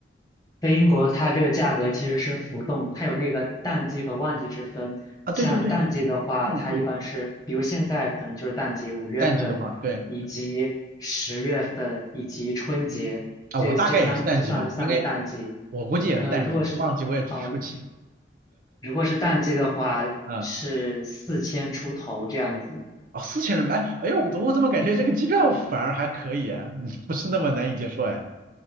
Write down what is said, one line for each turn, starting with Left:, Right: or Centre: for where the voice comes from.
Left: 在英国，它这个价格其实是浮动，它有那个淡季和旺季之分。
Right: 啊，对对对，
Left: 像淡季的话，
Right: 嗯嗯，
Left: 它一般是，比如现在可能就是淡季，五月份，
Right: 淡季的话，对
Left: 以及十月份，以及春节，
Right: 啊，
Left: 这这三这算是三个淡季。
Right: 我大概也是淡季吧，应该我估计也是淡季，
Left: 呃，如果是呃
Right: 旺季我也去不起。
Left: 如果是淡季的话，
Right: 嗯，
Left: 是四千出头这样子。
Right: 哦，四千人民币，哎哎呦，我我怎么感觉这个机票反而还可以啊，<laughs> 嗯不是那么难以接受哎。